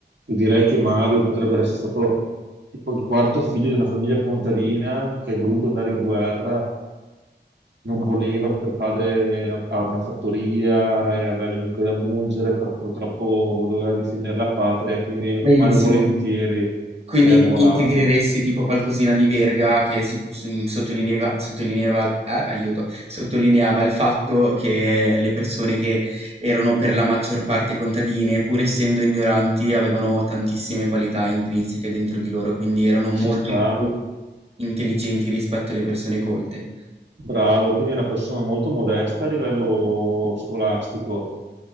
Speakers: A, on the right (about 75°); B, on the right (about 35°).
A: Io direi che Mario potrebbe essere stato tipo il quarto figlio di una famiglia contadina che è dovuto andare in guerra non voleva, per padre ha ha una fattoria e aveva le mucche da mungere, però purtroppo doveva difendere la patria e quindi
B: Bellissimo.
A: malvolentieri
B: Quindi
A: si è
B: in-
A: arruolato.
B: integreresti tipo qualcosina di Verga che su- su- sottolineava, sottolineava- eh, aiuto, sottolineava il fatto che le persone che erano per la maggior parte contadine, pur essendo ignoranti, avevano tantissime qualità intrinseche dentro di loro, quindi erano molto
A: Ci sta,
B: più intelligenti rispetto alle persone colte.
A: Bravo, quindi è una persona molto modesta a livello scolastico,